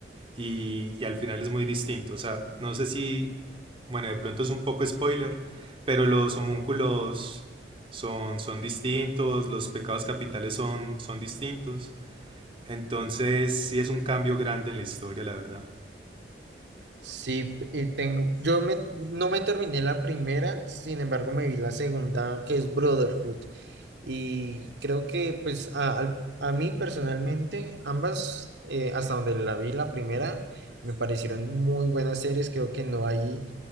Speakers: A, on the right (about 30°); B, on the right (about 85°).
A: y, y al final es muy distinto. O sea, no sé si, bueno, de pronto es un poco spoiler, pero los homúnculos son, son distintos, los pecados capitales son, son distintos. Entonces, sí es un cambio grande en la historia, la verdad.
B: Sí, y tengo, yo me, no me terminé la primera, sin embargo me vi la segunda, que es Brotherhood. Y creo que pues a, al- a mí personalmente ambas, eh, hasta donde la vi la primera, me parecieron muy buenas series. Creo que no hay